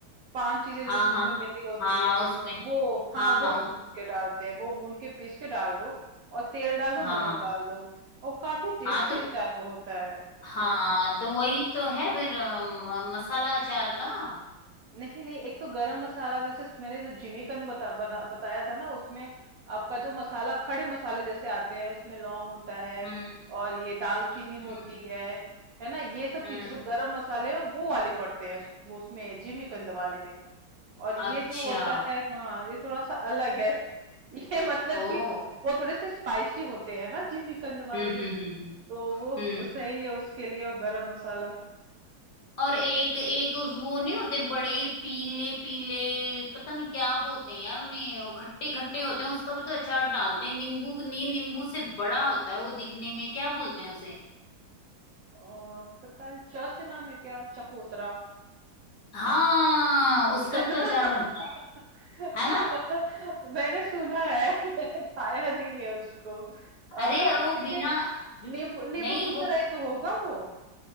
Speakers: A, on the right; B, on the left.
A: पांच चीजें जो
B: हाँ
A: उस- उसमें
B: हाँ
A: मिली होती
B: हाँ
A: है
B: उसमें
A: वो हाँ
B: हाँ
A: वो
B: हाँ
A: भून के डालते हैं वो भून के पीस के डाल दो और तेल डाल दो
B: हाँ
A: नमक डाल दो और काफी टेस्टी
B: हाँ तो
A: अचार वो होता है
B: हाँ तो वही तो है फिर अ, म- मसाला अचार का
A: नहीं, नहीं, एक तो गरम मसाला भी, जैसे मैंने जो जिमीकंद बता बना बताया था ना उसमें आपका जो मसाला खड़े मसाले जैसे आते हैं इसमें लौंग होता है
B: हम्म
A: और ये दालचीनी
B: हम्म
A: होती है है ना ये सब
B: हम्म
A: चीजें जो गरम मसाले हैं वो वाले पड़ते हैं वो उसमें जिमीकंद वाले में और
B: अच्छा
A: ये जो होता है हाँ ये थोड़ा सा अलग है <laughs> ये मतलब
B: ओ
A: कि वो थोड़े से स्पाइसी होते हैं ना जिमीकंद वाले
B: हम्म हम्म हम्म
A: तो वो
B: हम्म हम्म।
A: सही है उसके लिए और गरम मसाला
B: और एक एक उस वो नहीं होते बड़े पीले पीले पता नहीं क्या बोलते हैं यार उन्हें वो खट्टे खट्टे होते हैं उसका भी तो अचार डालते हैं नींबू नहीं नींबू से बड़ा होता है वो दिखने में क्या बोलते हैं उसे
A: और पता नहीं च से नाम है क्या चकोतरा
B: हाँ उसका
A: है
B: भी
A: ना
B: तो अचार
A: <laughs>
B: बनता है है ना
A: मैंने सुना है मैंने खाया नहीं है उसको अ,
B: अरे
A: लो
B: यार वो
A: लेकिन
B: बिना बि-
A: नींबू नींबू
B: नहीं
A: की
B: वो
A: तरह ही तो होगा वो